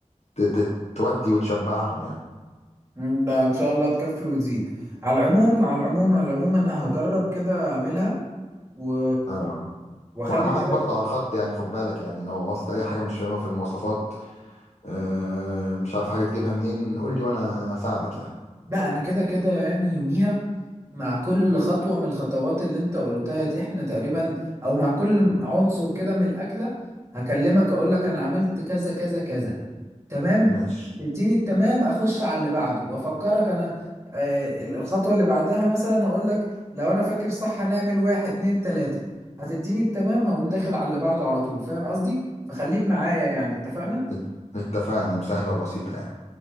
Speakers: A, on the left; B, on the right.
A: ت- ت- تودي وتشبعهم يعني
B: مم، ده ان شاء الله تكفي وتزيد على العموم على العموم على العموم انا هجرب كده اعملها و...
A: اه
B: واخلي
A: وانا معاك
B: كده
A: برضه على الخط يعني خد بالك يعني لو عوزت اي حاجه مش فاهمها في المواصفات آه مش عارف حاجه تجيبها منين قول لي وانا اساعدك يعني
B: لا انا كده كده يعني يوميها مع كل خطوة من الخطوات اللي انت قلتها دي احنا تقريبا او مع كل عنصر كده من الاكلة هكلمك اقولك انا عملت كذا كذا كذا تمام
A: ماشي
B: اديني التمام اخش على اللي بعده وافكرك انا آه، الخطوة اللي بعدها مثلا هقولك لو انا فاكر صح هنعمل واحد اتنين تلاتة هتديني التمام هقوم داخل على اللي بعده على طول فاهم قصدي فخليك معايا يعني اتفقنا
A: ات- اتفقنا مسهله وبسيطه يعني